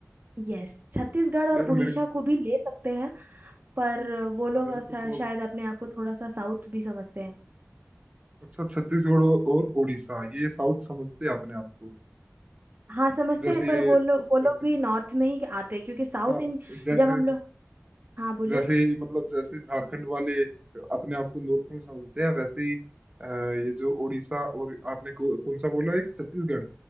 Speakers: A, on the right (about 40°); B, on the right (about 25°).
A: यस छत्तीसगढ़ और
B: यार
A: उड़ीसा
B: मेरे को
A: को भी ले सकते हैं पर वो लोग
B: मेरे को
A: शा-
B: तो
A: शायद
B: अब
A: अपने आप को थोड़ा सा साउथ भी समझते हैं
B: अच्छा छत्तीसगढ़ और और उड़ीसा ये साउथ समझते हैं आपने आपको
A: हाँ समझते
B: जैसे
A: हैं पर वो लोग वो लोग
B: जैसे
A: भी नॉर्थ में ही आते हैं क्योंकि साउथ
B: हाँ
A: इन
B: जैसे
A: जब हम लोग हाँ बोलिए
B: जैसे ही मतलब जैसे झारखंड वाले अपने आप को नॉर्थ में समझते हैं वैसे ही अ, ये जो उड़ीसा और आपने को, कौन सा बोला एक छत्तीसगढ़